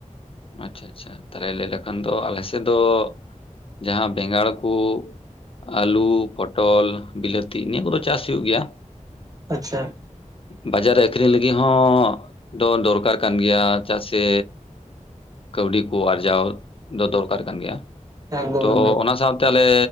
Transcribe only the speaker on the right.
ᱟᱪᱪᱷᱟ
ᱮᱠᱫᱚᱢ
ᱮᱠᱫᱚᱢ